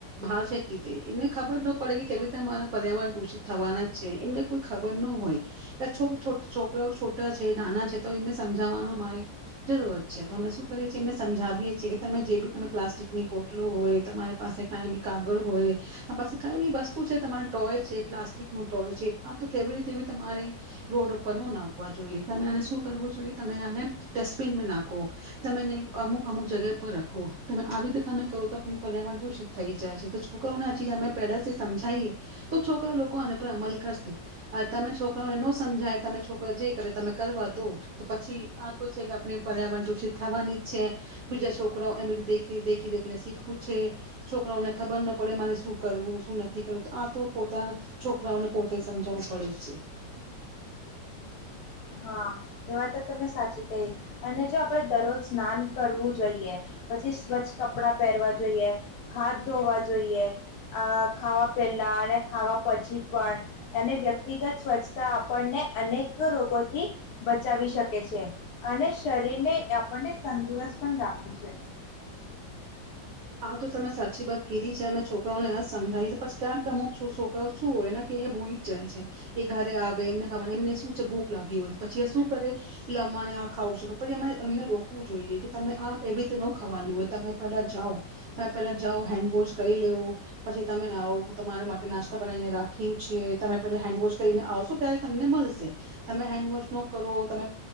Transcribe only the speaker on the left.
હા એ વા તો તમે સાચી કહી અને જો આપણેે દરરોજ સ્નાન કરવું જોઈએ પછી સ્વચ્છ કપડાં પહેરવા જોઈએ હાથ ધોવા જોઈએ અ ખાવા પહેલા અને ખાવા પછી પણ અને વ્યક્તિગત સ્વચ્છતા આપણને અનેક રોગો થી બચાવી શકે છે અને શરીરને આપણને તંદુરસ્ત પણ રાખે છે